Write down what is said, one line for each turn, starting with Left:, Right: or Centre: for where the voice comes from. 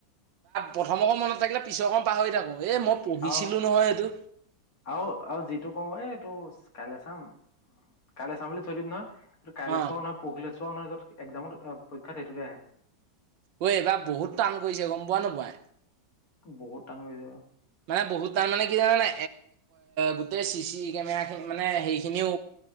Right: প্ৰথমক মত থাকিলে পিছৰক পাহৰি থাকো। এই মই পঢ়িছিলো
Left: আহ
Right: নহয় এইটো
Left: আৰু- আৰু যিটো কওঁ এই এইটো ইছ। কাইলৈ চাম কাইলৈ চাম বুলি থৈ দিম নহয়। কাইলৈ
Right: অ
Left: চোৱা নহয় পৰহিলে চোৱা। চোৱা নহয় য'ত একজামত পৰীক্ষাত সেইটোকে আহে।
Right: ঐ এইবাৰ বহুত টান কৰিছে গম পোৱা নোপোৱা।
Left: বহুত টান কৰি যাবা।
Right: মানে বহুত তাৰ মানে কি জানোনে গোটেই চিচি কেমেৰাখিনি মানে সেইখিনিও